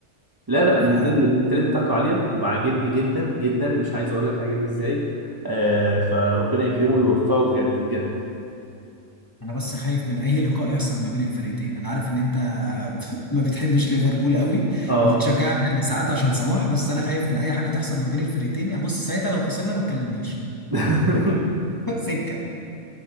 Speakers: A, on the right; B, on the left.
A: لا لا
B: فانا
A: المنتاليتي المنتاليتي بتاعته عاليه وعاجبني جدا جدا مش عايز اقول لك عاجبني ازاي آه فربنا يكرمه ويوفقه بجد بجد
B: انا بس خايف من اي لقاء يحصل ما بين الفرقتين انا عارف ان انت <laughs> ما بتحبش ليفربول قوي
A: اه
B: وبتشجعها يعني ساعات عشان صلاح بس انا خايف من اي حاجه تحصل ما بين الفرقتين يا بص ساعتها لو خسرنا ما تكلمنيش
A: <laughs>
B: فاهم <laughs> سكه